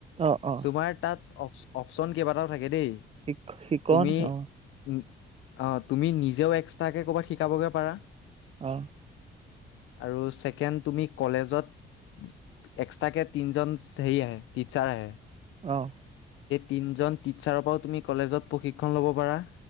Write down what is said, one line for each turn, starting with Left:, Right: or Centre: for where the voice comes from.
Right: অ', অ',
Left: তোমাৰ তাত অপ-অপচন কেইবাটাও থাকে দেই।
Right: শিক শিকন
Left: তুমি,
Right: অ',
Left: উম। অ', তুমি নিজেও এক্সট্ৰাকে ক'ৰবাত শিকাবগৈ পাৰা।
Right: অ'।
Left: আৰু ছেকেণ্ড তুমি কলেজত এক্সট্ৰাকে তিনজন হেৰি আহে টিচাৰ আহে।
Right: অ'।
Left: তিনজন টিচাৰৰ পৰাও তুমি কলেজত প্ৰশিক্ষণ ল'ব পাৰা।